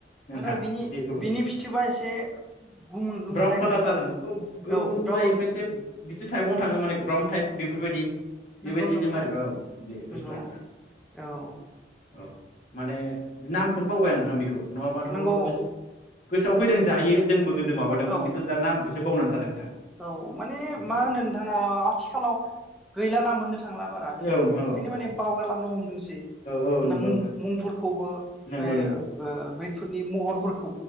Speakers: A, on the left; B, in the centre.
A: नोंथां
B: ओमफ्राय बिनि
A: बेखौबो
B: बिनि फिथोबा एसे गोमो गोमो
A: ब्राउन
B: जायो
A: खालारथार
B: नामा
A: औ गोमो
B: औ ब्राउन
A: जायो ओमफ्राय एसे बिदि टाइपआवनो थाङो माने ब्राउन टाइप बेफोरबायदि बेबायदियैनो
B: नंगौ नंगौ
A: मारैबा औ बे बुस्थुआ
B: नंगौ
A: नोंथां
B: औ
A: औ औ माने नामखोनो बावबाय आं नोंथां बि नङाबाथ'
B: नंगौ
A: गोस गोसोआव फैदों जायो जोंबो गोद दो माबादोंमोन
B: औ
A: खिन्थु दा नाम सो बावना थादों नोंथां।
B: औ माने
A: औ
B: मा होनो नोंथाङा ओ आथिखालाव गैलाना मोननो थांला बारा बिफोरखौ
A: नोंथां
B: बिनिखायनो
A: औ औ
B: माने बावगार लांनो हमदोंसै।
A: औ
B: ना
A: नंगौ
B: मुं
A: नोंथां
B: मुं फोरखौबो
A: नंगौ
B: फाय ओ बैफोरनि म हरफोर